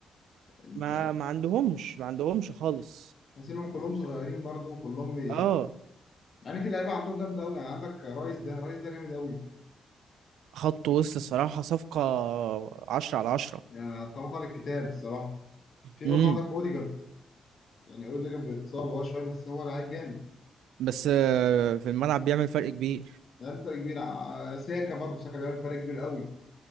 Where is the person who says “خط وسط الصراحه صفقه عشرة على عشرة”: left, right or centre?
Right